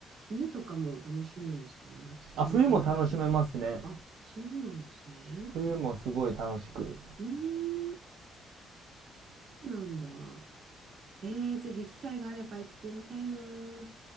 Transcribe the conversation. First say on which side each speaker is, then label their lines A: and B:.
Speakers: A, on the right (about 55°); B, on the right (about 85°).
A: 冬とかも楽しめるんですかね。夏限定なのか。
B: あ、冬も楽しめますね。
A: あ、そうなんですね。
B: 冬もすごい楽しく
A: うーん、そうなんだ。えー、ぜひ機会があれば行ってみたいな。